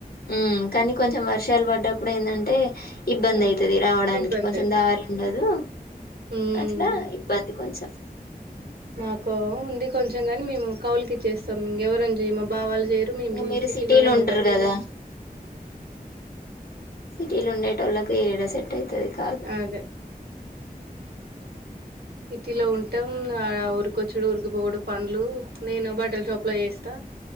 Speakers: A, on the left; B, on the right.
A: ఉమ్ కనీ కొంచెం వర్షం వర్షాలు పడ్డప్పుడు ఏందంటే ఇబ్బంది
B: అవును
A: అయితది రావడానికి
B: ఇబ్బందే
A: కొంచెం దారి ఉండదు
B: ఉమ్
A: అట్లా ఇబ్బంది కొంచెం
B: మాకో ఉంది కొంచెంగాని మేము కౌలుకిచ్చేస్తాం ఇంగ ఎవరం జేయం మా బావాల్ జేరు మేము
A: ఇంగ
B: చేయ్యం
A: మీరు
B: సిటీలోనే
A: సిటీలో ఉంటరు
B: ఉంటావ్
A: కదా సిటీలు ఉండేటోల్లాకి ఏడా సెట్ అయితది కాదు
B: అదే సిటీ లో ఉంటాం ఇగా ఉరికొచ్చుడు ఉరికిపోవుడు పన్లు నేను బటల్ షాప్ లో చేస్ తా